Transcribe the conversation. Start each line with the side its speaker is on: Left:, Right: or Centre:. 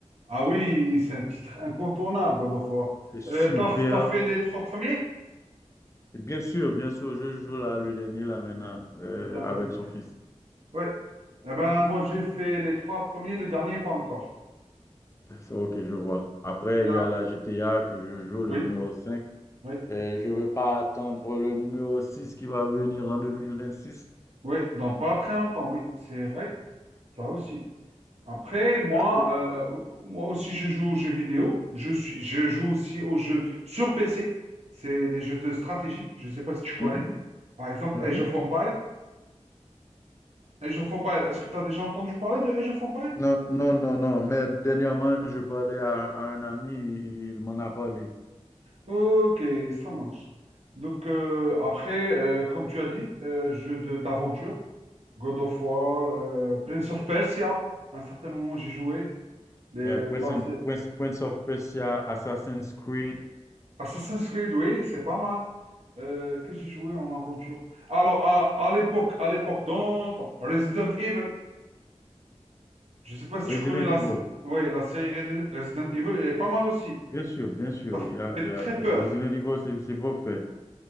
Right: Ah oui, c'est un titre incontournable, God of War.
Left: C'est super.
Right: Euh, t'as, t'as fait les trois premiers?
Left: Et bien sûr, bien sûr, je joue là le dernier là maintenant euh,
Right: Le dernier,
Left: avec
Right: ok.
Left: son fils.
Right: Oui. Eh ben, moi, j'ai fait les trois premiers, le dernier, pas encore.
Left: C'est ok, je vois. Après,
Right: Bien.
Left: il y a la GTA que je joue, le
Right: Oui,
Left: numéro cinq
Right: oui,
Left: Et je ne veux pas attendre le numéro 6 qui va venir en 2026.
Right: oui. Donc, pas très longtemps, oui, c'est vrai. Ça aussi. Après, moi,
Left: Ah,
Right: euh, moi aussi, je joue aux jeux vidéo. Je suis, je joue aussi aux jeux sur PC. C'est des jeux de stratégie. Je ne sais pas si tu connais.
Left: Mhm,
Right: Par exemple,
Left: mhm.
Right: Age of Empires. Age of Empires, est-ce que tu as déjà entendu parler de Age of Empires?
Left: Non, non, non, non. Mais dernièrement, je parlais à, un à un ami, il m'en a parlé.
Right: Ok, ça marche. Donc, euh, après, euh, comme tu as dit, euh, jeu de- d'aventure, God of War, euh, Prince of Persia, à un certain moment j'ai joué. Les-
Left: Yeah, Prince,
Right: la sé-
Left: Prince- Prince of Persia, Assassin's Creed,
Right: Assassin's Creed, oui, c'est pas mal. Euh, qu'est-ce que j'ai joué en aventure? Alors, à, à l'époque, à l'époque, dans le temps, Resident Evil, je ne sais pas si
Left: Resident
Right: tu connais la,
Left: Evil.
Right: sé- ouais, la série Redi- Resident Evil, elle est pas mal aussi.
Left: Bien sûr, bien sûr.
Right: Ça
Left: Il y a,
Right: fait
Left: il y a-
Right: très
Left: euh,
Right: peur.
Left: Resident Evil, c'est c'est pas fait.